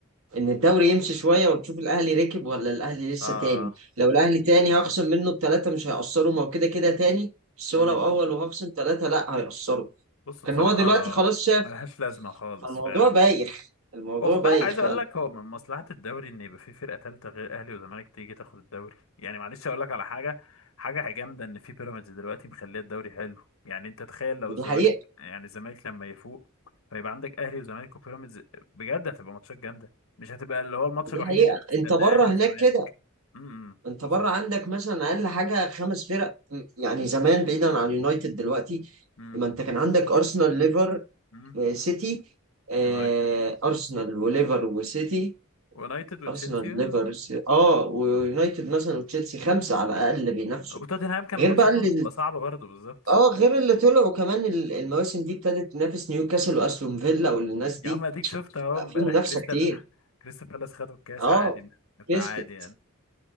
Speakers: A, on the right; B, on the left.
A: ان الدوري يمشي شويه وتشوف الاهلي ركب ولا الاهلي لسه
B: اه
A: تاني لو الاهلي تاني هخصم منه التلاته مش هيأثروا ما هو كده كده تاني بس هو
B: امم
A: لو اول وهخصم تلاته لا هيأثروا
B: بص
A: كان
B: بصراحه
A: هو دلوقتي خلاص شاف
B: ملهاش لازمه خالص
A: الموضوع
B: فعلا
A: بايخ الموضوع
B: واخد
A: بايخ
B: بالك عايز
A: فعلا
B: اقول لك هو من مصلحة الدوري ان يبقى في فرقة تالتة غير اهلي وزمالك تيجي تاخد الدوري يعني معلش اقول لك على حاجة حاجة جامدة ان في بيراميدز دلوقتي مخليه الدوري حلو يعني انت تخيل لو
A: دي
B: الزمالك
A: حقيقه
B: يعني الزمالك لما يفوق فيبقى عندك اهلي وزمالك وبيراميدز بجد هتبقى ماتشات جامدة مش هتبقى اللي هو الماتش
A: دي
B: الوحيد
A: حقيقه
B: اللي بتستناه
A: انت بره
B: اهلي
A: هناك
B: وزمالك
A: كده
B: امم إمم،
A: انت
B: بالظبط
A: بره عندك مثلا اقل حاجه خمس فرق م- يعني زمان بعيدا عن اليونايتد دلوقتي
B: امم
A: ما انت كان عندك ارسنال ليفر
B: امم
A: آه، سيتي آه،
B: يونايتد تشيلسي
A: ارسنال وليفر وسيتي
B: يونايتد وتشيلسي
A: ارسنال ليفر سي- اه ويونايتد مثلا وتشيلسي خمسه على الاقل بينافسوا
B: وتوتنهام كان
A: غير
B: ماتشاتهم
A: بقى اللي
B: بتبقى صعبة برضه بالظبط
A: اه غير اللي طلعوا كمان ال- المواسم دي ابتدت تنافس
B: <laughs>
A: نيوكاسل واستون فيلا والناس
B: يا
A: دي
B: عم اديك شفت اهو
A: بقى
B: امبارح
A: في منافسه
B: كريستال
A: كتير
B: <laughs> كريستال بالاس خدوا الكاس
A: اه
B: عادي
A: كسبت
B: فعادي يعني